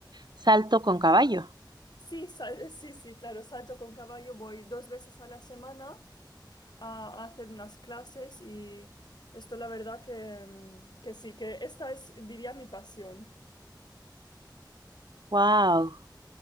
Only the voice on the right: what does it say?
salto con caballo.
Wow.